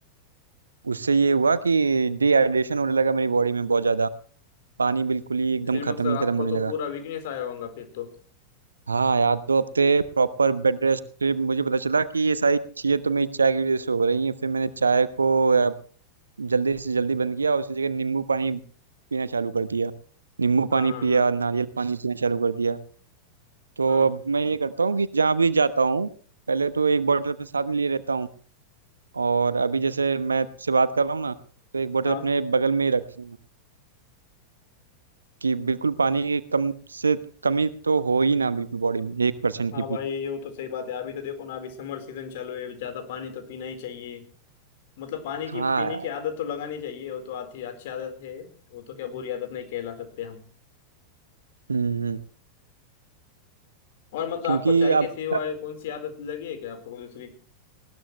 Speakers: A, on the right; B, on the left.
A: उससे ये हुआ कि डिहाइड्रेशन होने लगा मेरी बॉडी में बहुत ज़्यादा पानी बिल्कुल ही एकदम
B: फिर मतलब
A: ख़त्म ही
B: आपको
A: ख़त्म होने
B: तो
A: लगा
B: पूरा वीकनेस आया होगा फिर तो
A: हाँ यार दो हफ्ते प्रॉपर बेड रेस्ट पे मुझे पता चला कि ये सारी चीज़ें तो मेरी चाय की वजह से हो रही हैं फिर मैंने चाय को अ, जल्दी से जल्दी बंद किया और उसकी जगह नींबू पानी पीना चालू कर दिया नींबू
B: हाँ
A: पानी
B: हाँ
A: पिया
B: हाँ
A: नारियल पानी पीना चालू कर दिया तो
B: हाँ
A: अब मैं ये करता हूँ कि जहाँ भी जाता हूँ पहले तो एक बॉटल अपने साथ में लिए रहता हूँ और अभी जैसे मैं से बात कर रहा हूँ ना तो एक बॉटल
B: हाँ
A: अपने बगल में ही रखी हूँ कि बिल्कुल पानी की कम से कमी तो हो ही ना बिल्कुल बॉडी में एक परसेंट
B: हाँ
A: की भी
B: भाई ये तो सही बात है अभी तो देखो ना अभी समर सीजन चालू है ज़्यादा पानी तो पीना ही चाहिए मतलब पानी की
A: हाँ
B: पीने
A: यार
B: की आदत तो लगानी चाहिए वो तो आती अच्छी आदत है वो तो क्या बुरी आदत नहीं कहला सकते हम
A: हम्म हम्म।
B: और मतलब
A: क्योंकि
B: आपको चाय के
A: अब
B: सिवाय
A: तक
B: कौन सी आदत लगी है क्या आपको कोई दूसरी